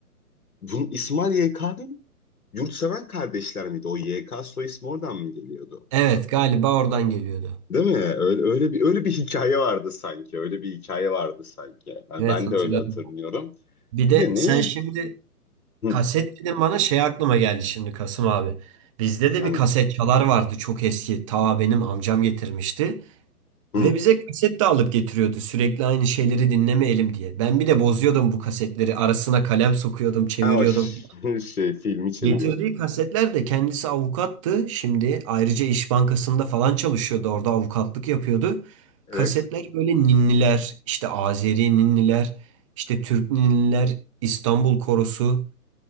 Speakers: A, on the left; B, on the right.
A: bunun İsmail YK'nın Yurtseven kardeşler miydi? O YK soy ismi oradan mı geliyordu?
B: Evet, galiba oradan geliyordu.
A: Değil mi? Öyle öyle bir öyle bir hikaye vardı sanki. Öyle bir hikaye vardı sanki. Yani
B: Evet
A: ben
B: hatırladım.
A: de öyle hatırlıyorum.
B: Bir de
A: Bir de neyi?
B: sen şimdi
A: Hı,
B: Kaset dedim bana şey aklıma geldi şimdi Kasım abi. Bizde
A: efendim.
B: de bir kaset çalar vardı çok eski. Ta benim amcam getirmişti.
A: Hı.
B: Ve bize kaset de alıp getiriyordu sürekli aynı şeyleri dinlemeyelim diye. Ben bir de bozuyordum bu kasetleri. Arasına kalem sokuyordum, çeviriyordum.
A: Ha, o ş- <laughs> şey filmi çeviriyordum.
B: Getirdiği kasetler de kendisi avukattı. Şimdi ayrıca İş Bankası'nda falan çalışıyordu. Orada avukatlık yapıyordu.
A: Evet.
B: Kasetler böyle ninniler, işte Azeri ninniler, işte Türk ninniler, İstanbul Korosu.